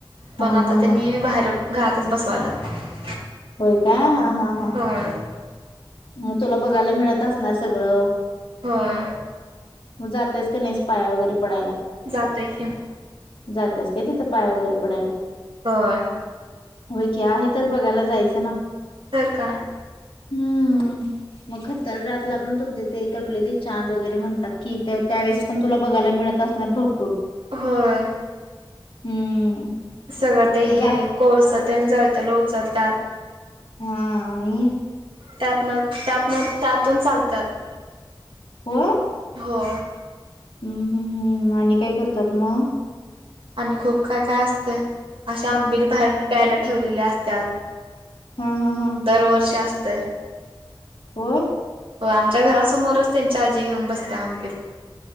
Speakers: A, on the right; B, on the left.
A: पणं
B: हा हा
A: आंता
B: हा
A: त्यांनी
B: हा
A: बाहेर घरातचं बसवायल्यात.
B: होयं काय. हां हां हां.
A: होय
B: मगं तुला बघायलां मिळतं असणारं सगळं.
A: होय.
B: मगं जातेस की नाहीसं पाया वगैरें पडायलां.
A: जातोय की.
B: जातेस काय तिथं पायां वगैरे पडायला.
A: होय.
B: होयं की आहे तर बघायला जायचं ना.
A: तरं कायं?
B: हम्म, मग खत्तल रातलां पणं तुमचे ते कुठले ते चांद वगैरे म्हणतांत. कि त्या त्यावेळेसं पण तुला पण बघायला मिळत असणार भरपूर.
A: होय.
B: हम्म.
A: सगळं ते हे
B: जा
A: कोळसा ते जळतेलां उचलतात.
B: हां आणि
A: त्यातनं त्यातनं त्यातून चालतातं.
B: व्हय?
A: हो.
B: हम्मं हम्मं हम्मं आणि काय करतात मग?
A: आणि खूप काय काय असते, अशा आंबिलं बाहेर प्यायलां ठेवलेल्या असत्यात.
B: हम्म हम्म हम्म.
A: दरवर्षी असतय.
B: होय?
A: हो आमच्यां घरासमोरचं त्यांच्या आजी घेऊन बसते आंबील.